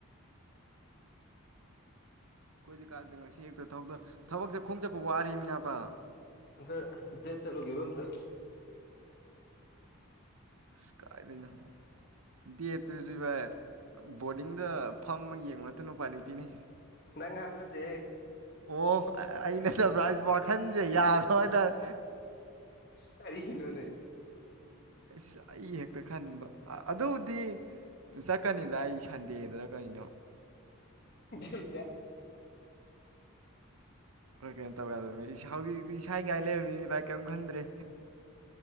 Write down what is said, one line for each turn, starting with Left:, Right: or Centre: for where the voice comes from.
Right: ꯀꯣꯏꯗꯤ ꯀꯥꯗꯦ ꯉꯁꯤ ꯍꯦꯛꯇꯗ ꯊꯕꯛ ꯆꯠ ꯈꯣꯝ ꯆꯠꯄ ꯋꯥꯔꯦꯃꯤꯅꯥꯄꯥ
Left: ꯑꯗ ꯗꯦ ꯆꯂꯨ ꯀꯇ
Right: ꯁꯀꯥꯏꯗꯅ ꯗꯦꯠꯇꯨꯁꯤ ꯚꯏ ꯕꯣꯔꯗꯤꯡꯗ ꯐꯝꯃ ꯌꯦꯡꯕ ꯅꯠꯇꯅ ꯎꯄꯥꯏ ꯂꯩꯇꯦꯅꯤ
Left: ꯅꯪ ꯍꯥꯏꯕ ꯅꯗꯤꯦ
Right: ꯑꯣ ꯑꯩ ꯅꯠꯇꯕ꯭ꯔꯥ ꯑꯩꯁ ꯋꯥꯈꯟꯁꯦ ꯌꯥꯗꯕ ꯍꯥꯏꯇꯥꯔꯦ
Left: ꯀꯔꯤꯅꯣꯅꯦ
Right: ꯁ ꯑꯩ ꯍꯦꯛꯇ ꯈꯟꯕ ꯑꯗꯨꯗꯤ ꯆꯠꯀꯅꯤꯗ ꯑꯩ ꯁꯟꯗꯦꯗꯅ ꯀꯩꯅꯣ
Left: ꯣꯏ ꯆ
Right: ꯍꯣꯏ ꯀꯩꯅꯣ ꯇꯧꯒꯗꯕꯅꯤ ꯏꯁꯥꯎꯒꯤꯛꯇꯤ ꯏꯁꯥ ꯏꯒꯥꯏ ꯂꯩꯔꯕꯃꯤꯅꯤ ꯚꯥꯏ ꯀꯔꯤꯝ ꯈꯟꯗ꯭ꯔꯦ